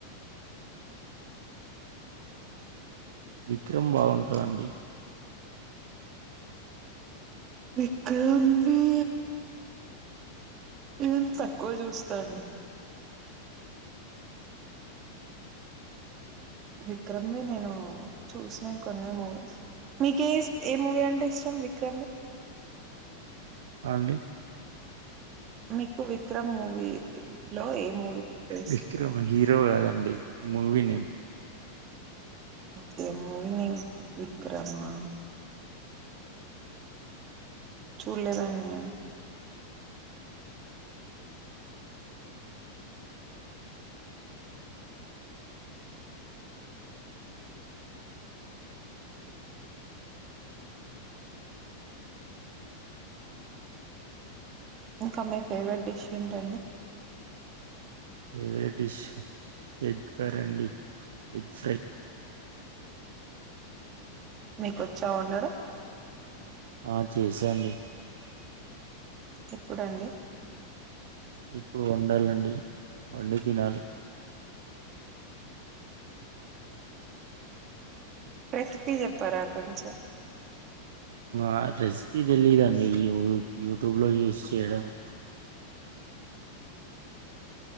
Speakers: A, on the right; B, on the right.
A: విక్రమ్ బావుంటదండి
B: విక్రమ్వి ఏం తక్కువ చూస్తాను విక్రమ్ ని నేను చూసిన కొన్ని మూవీ మీకి ఏ ఏ మూవీ అంటే ఇష్టం విక్రమ్ ది
A: అండి
B: మీకు విక్రమ్ మూవీ లో ఏ మూవీ అంటే ఇష్టం
A: విక్రమ్ హీరో కాదండి మూవీ నేమ్
B: తే మూవీ నేమ్ విక్రమా చూల్లేదండి నేను ఇంకా మీ ఫేవరెట్ డిష్ ఏంటండి
A: ఫేవరెట్ డిష్ ఆ ఎగ్ కర్రీ అండి ఎగ్ ఫ్రై
B: మీకొచ్చా వొండడం
A: ఆ చేసా అండి
B: ఎప్పుడండి
A: ఇప్పుడు వండాలండి వండి తినాలి
B: రెసిపీ చెప్పరా కొంచెం
A: ఆ రెసిపీ తెలియదండి ఈ యూ యూట్యూబ్ లో చూసి చేయడమే